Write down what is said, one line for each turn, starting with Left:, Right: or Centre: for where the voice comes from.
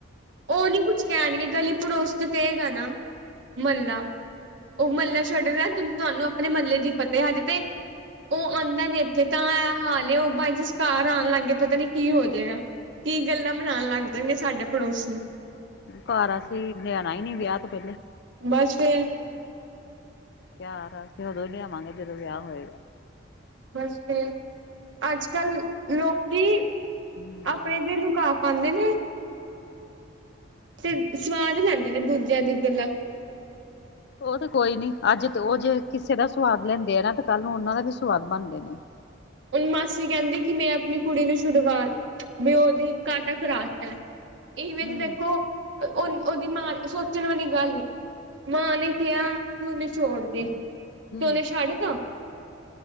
Right: ਉਹ ਨੀ ਕੁੱਛ ਕਹਿਣਗੇ, ਗਲੀ ਪੜੋਸ ਤੇ ਕਹੇਗਾ ਨਾ ਮਹੱਲਾ ਉਹ ਮਹੱਲਾ ਛੱਡਦਾ ਤੁਹਾਨੂੰ ਆਪਣੇ ਮਹੱਲੇ ਦੀ ਪਤੈ ਹਜੇ ਤੇ ਉਹ ਆਉਂਦਾ ਨੀ ਇੱਥੇ ਤਾਂ ਐ ਹਾਲੇ ਉਹ ਬਾਈਚਾਂਸ ਬਾਹਰ ਆਉਣ ਲੱਗ ਗਏ ਪਤਾ ਨੀ ਕੀ ਹੋ ਜਏਗਾ ਕੀ ਗੱਲਾਂ ਬਨਾਉਣ ਲੱਗ ਜਾਣਗੇ ਸਾਡੇ ਪੜੋਸੀ ਨੂੰ
Left: ਘਰ ਅਸੀਂ ਲੈਆਣਾ ਹੀ ਨੀ ਵਿਆਹ ਤੋਂ ਪਹਿਲੇ
Right: ਬਸ ਫੇਰ
Left: ਤਿਓਹਾਰ ਅਸੀਂ ਤੇ ਉਦੋਂ ਹੀ ਲਿਆਵਾਂਗੇ ਜਦੋਂ ਵਿਆਹ ਹੋਏਗਾ।
Right: ਬਸ ਫੇਰ ਅੱਜ ਕੱਲ ਲੋਕੀ
Left: ਹਮ
Right: ਆਪਣੇ ਤੇ ਲੁਕਾ ਪਾਉਂਦੇ ਨੇ ਤੇ ਸਵਾਦ ਲੈਂਦੇ ਨੇ ਦੂਜਿਆਂ ਦੀ ਗੱਲਾਂ
Left: ਉਹ ਤੇ ਕੋਈ ਨੀਚੇ ਅੱਜ ਉਹ ਜੇ ਕਿਸੇ ਦਾ ਸੁਵਾਦ ਲੈਂਦੇ ਆ ਨਾ ਤੇ ਕੱਲ ਨੂੰ ਉਹਨਾਂ ਦਾ ਵੀ ਸੁਵਾਦ ਬਣਦੇ ਨੇ ਆ
Right: ਹਣ ਮਾਸੀ ਕਹਿੰਦੀ ਕਿ, ਮੈਂ ਆਪਣੀ ਕੁੜੀ ਨੂੰ ਛੁਡਵਾ ਮ ਉਹਦੀ ਕਾਟਾ ਕਰਾਤਾ ਇਵੇਂ
Left: ਹਮ
Right: ਤੇ ਦੇਖੋ ਉਹਦੀ ਮਾਂ ਸੋਚਣ ਵਾਲੀ ਗੱਲ ਮਾਂ ਨੇ ਕਿਹਾ ਹੁਣ ਛੋੜ ਦੇ ਤ
Left: ਹਮ
Right: ਉਹਨੇ ਛੱਡ ਦਾ